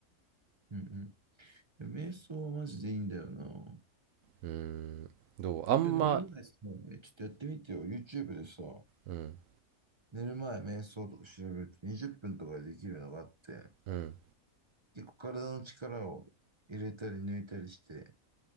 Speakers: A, on the right; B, on the right.
A: うん。瞑想はマジでいいんだよな。
B: うーん、どうあんま、
A: 今日寝る前さ、えちょっとやってみてよ。YouTube でさ、
B: うん、
A: 寝る前瞑想とか調べると20分とかでできるのがあって、
B: うん、
A: 結構体の力を入れたり抜いたりして、